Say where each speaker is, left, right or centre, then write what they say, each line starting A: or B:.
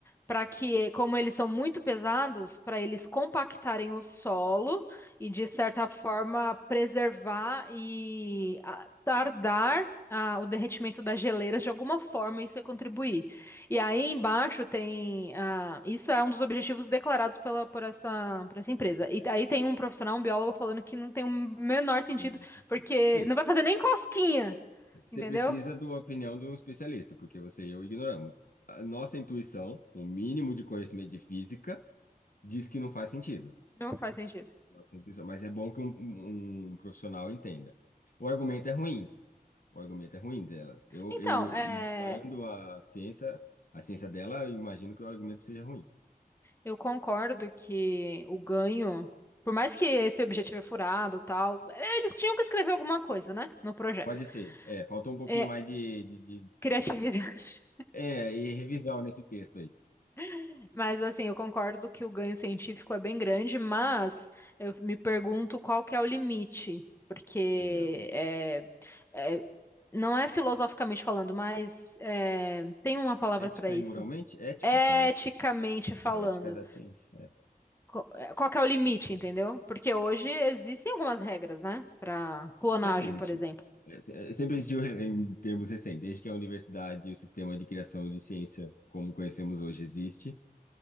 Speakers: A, on the left; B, on the left.
A: para que, como eles são muito pesados, para eles compactarem o solo e, de certa forma, preservar e ah, tardar ah, o derretimento das geleiras, de alguma forma, isso é contribuir. E aí embaixo tem. ah, isso é um dos objetivos declarados pela, por essa, por essa empresa. E aí tem um profissional, um biólogo, falando que não tem o menor sentido,
B: Tem o menor sentido.
A: porque
B: Isso.
A: não vai fazer nem cosquinha,
B: Você
A: entendeu?
B: precisa da opinião de um especialista, porque você e eu ignoramos. A nossa intuição, com o mínimo de conhecimento de física, diz que não faz sentido.
A: Não faz sentido.
B: Nossa intuição. Mas é bom que um, um um profissional entenda. O argumento é ruim. O argumento é ruim dela. Eu,
A: Então,
B: eu
A: eh,
B: ignorando a ciência, a ciência dela, eu imagino que o argumento seja ruim.
A: Eu concordo que o ganho, por mais que esse objetivo é furado, e tal, eles tinham que escrever alguma coisa, né, no projeto.
B: Pode ser. É, faltou um pouquinho
A: É,
B: mais de, de, de-
A: criatividade.
B: É, e revisão nesse texto aí.
A: <laughs> Mas assim, eu concordo que o ganho científico é bem grande, mas eu me pergunto qual que é o limite, porque
B: É, o-
A: é, é, não é filosoficamente falando, mas é, tem uma palavra
B: ética
A: para isso.
B: e moralmente? Ética,
A: Eticamente
B: talvez.
A: falando.
B: Que é a ética da ciência. É.
A: co- eh, Qual que é o limite, entendeu? Porque hoje existem algumas regras, né? para clonagem,
B: Sempre existiu.
A: por exemplo.
B: É, se- é, sempre existiu re- em termos recentes, desde que a universidade e o sistema de criação de ciência, como conhecemos hoje, existe.